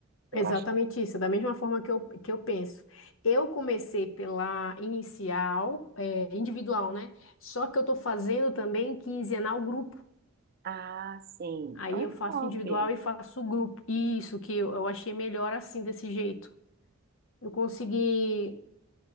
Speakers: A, on the right; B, on the left.
A: Eu
B: Exatamente
A: acho.
B: isso, da mesma forma que eu, que eu penso. Eu comecei pela inicial, é, individual, né? Só que eu tô fazendo também quinzenal grupo.
A: Ah, sim.
B: Aí
A: Então é
B: eu faço
A: top.
B: individual e faço grupo. Isso que eu, eu achei melhor assim, desse jeito. Eu consegui,